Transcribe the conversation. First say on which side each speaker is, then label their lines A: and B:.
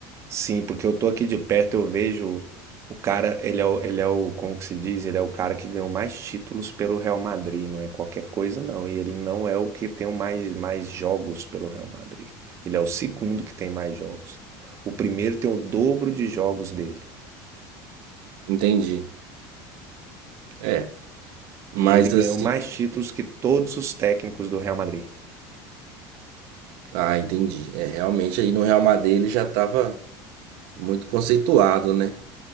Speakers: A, on the right; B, on the right.
A: sim, porque eu tô aqui de perto, eu vejo o cara, ele é o, ele é o, como que se diz? Ele é o cara que ganhou mais títulos pelo Real Madrid, não é qualquer coisa não. E ele não é o que tem o mais, mais jogos pelo Real Madrid. Ele é o segundo que tem mais jogos. O primeiro tem o dobro de jogos dele.
B: Entendi. É, mas
A: E ele ganhou
B: assim,
A: mais títulos que todos os técnicos do Real Madrid.
B: ah, entendi. É, realmente aí no Real Madrid ele já tava muito conceituado, né?